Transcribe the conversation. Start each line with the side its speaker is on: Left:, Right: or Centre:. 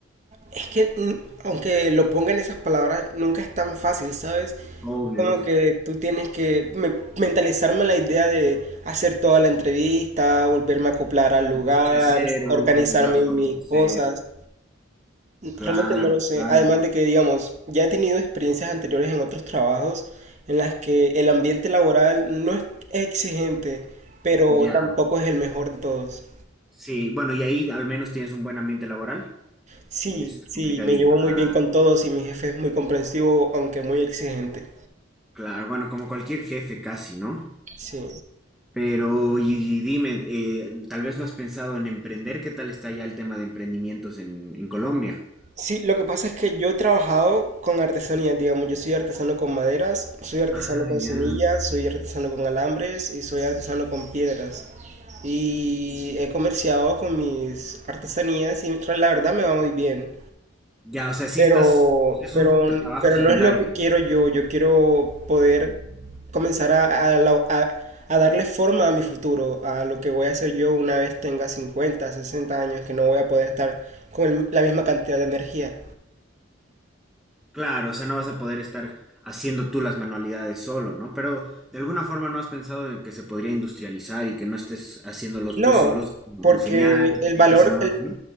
Right: Es que mm, aunque lo pongan esas palabras, nunca es tan fácil, ¿sabes?
Centre: Obvio,
Right: Es como
Centre: lógico.
Right: que tú tienes que me- mentalizarme la idea de hacer toda la entrevista, volverme a acoplar al lugar,
Centre: Empezaste de cero,
Right: organizar
Centre: nuevas
Right: mi-
Centre: formas
Right: mis
Centre: de ser.
Right: cosas.
Centre: Claro,
Right: Realmente no lo sé.
Centre: claro.
Right: Además de que, digamos, ya he tenido experiencias anteriores en otros trabajos en las que el ambiente laboral no es exigente, pero
Centre: Ya,
Right: tampoco es el mejor de todos.
Centre: sí, bueno, y ahí al menos tienes un buen ambiente laboral.
Right: Sí,
Centre: Pues
Right: sí,
Centre: complicadillo.
Right: me llevo
Centre: Ah,
Right: muy bien con todos y mi jefe es muy comprensivo, aunque muy exigente.
Centre: claro, bueno, como cualquier jefe casi, ¿no?
Right: Sí.
Centre: Pero, y, y dime, eh, tal vez no has pensado en emprender, ¿qué tal está ya el tema de emprendimientos en, en Colombia?
Right: Sí, lo que pasa es que yo he trabajado con artesanías, digamos, yo soy artesano con maderas, soy artesano
Centre: Ah,
Right: con
Centre: ya.
Right: semillas, soy artesano con alambres y soy artesano con piedras. Y he comerciado con mis artesanías y la verdad me va muy bien.
Centre: Ya, o sea, sí
Right: Pero,
Centre: estás, es
Right: pero,
Centre: un trabajo
Right: pero
Centre: secundario
Right: no es lo que
Centre: ahorita.
Right: quiero yo. Yo quiero poder
Centre: Ah, ya.
Right: comenzar a, a la- a- a darle forma a mi futuro, a lo que voy a hacer yo una vez tenga 50, 60 años, que no voy a poder estar con el- la misma cantidad de energía.
Centre: Claro, o sea, no vas a poder estar haciendo tú las manualidades solo, ¿no? Pero de alguna forma no has pensado en que se podría industrializar y que no estés haciéndolos
Right: No,
Centre: tú solos, como
Right: porque
Centre: enseñar
Right: el
Centre: y
Right: valor,
Centre: que se mueva
Right: el,
Centre: solo.